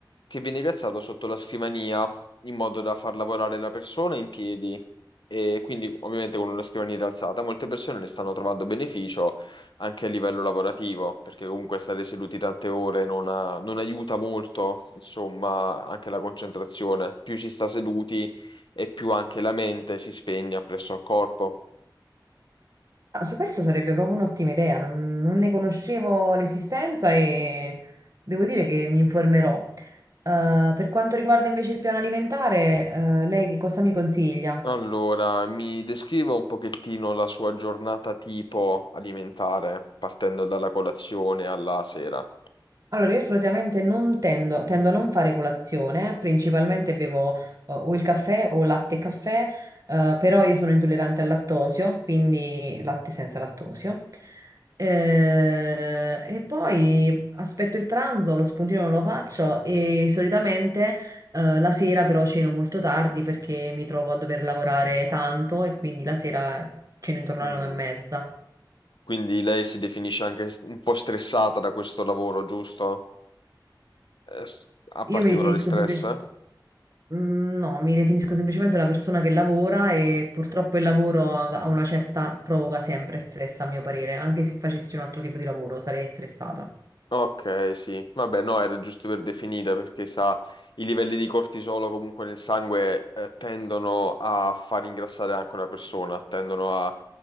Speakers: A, on the left; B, on the right.
A: che viene piazzato sotto la scrivania in modo da far lavorare la persona in piedi e quindi ovviamente con una scrivania rialzata molte persone ne stanno trovando beneficio anche a livello lavorativo perché comunque stare seduti tante ore non, ha- non aiuta molto insomma anche la concentrazione più si sta seduti e più anche la mente si spegne presso al corpo.
B: Ah, Su questo sarebbe proprio un'ottima idea, non, non ne conoscevo l'esistenza e devo dire che mi informerò. Eh, per quanto riguarda invece il piano alimentare, eh, lei che cosa mi consiglia?
A: Allora, mi descriva un pochettino la sua giornata tipo alimentare, partendo dalla colazione alla sera.
B: Allora, io solitamente non tendo, tendo a non fare colazione, principalmente bevo eh, o il caffè o latte e caffè, eh, però io sono intollerante al lattosio, quindi latte senza lattosio. Eh, e poi aspetto il pranzo, lo spuntino non lo faccio e solitamente eh, la sera però ceno molto tardi perché mi trovo a dover lavorare tanto e quindi la sera ceno intorno
A: Mm.
B: alle nove e mezza.
A: Quindi lei si definisce anche st- un po' stressata da questo lavoro, giusto? Eh, s- ha particolare
B: Io mi definisco
A: stress?
B: semplicemente... Mm, No, mi definisco semplicemente una persona che lavora e purtroppo il lavoro ha una certa provoca sempre stress, a mio parere. Anche se facessi un altro tipo di lavoro sarei stressata.
A: Ok, sì. Vabbè, no, era giusto per definire perché sa, i livelli di cortisolo comunque nel sangue eh, tendono a far ingrassare anche una persona, tendono a,